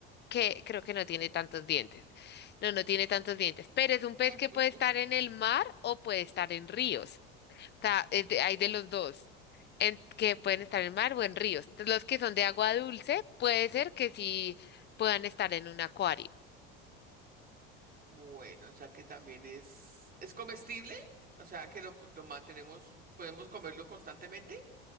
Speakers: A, on the left (about 35°); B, on the right (about 30°).
A: que creo que no tiene tantos dientes. No, no tiene tantos dientes, pero es un pez
B: <laughs>
A: que puede estar en el mar o puede estar en ríos. O sea, es de- hay de los dos, en- que pueden estar en mar o en ríos. Entonces, los que son de agua dulce, puede ser que sí puedan estar en un acuario.
B: Bueno, ya que también es, es comestible, o sea que lo, lo mantenemos, podemos comerlo constantemente.